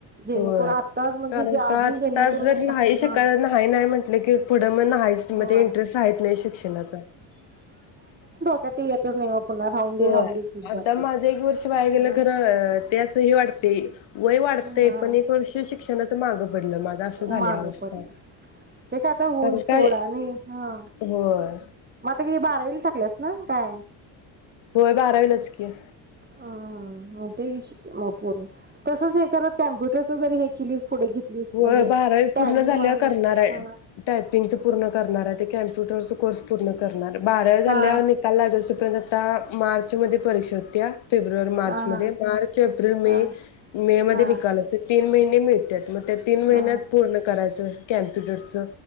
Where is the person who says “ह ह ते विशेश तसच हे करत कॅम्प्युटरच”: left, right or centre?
Right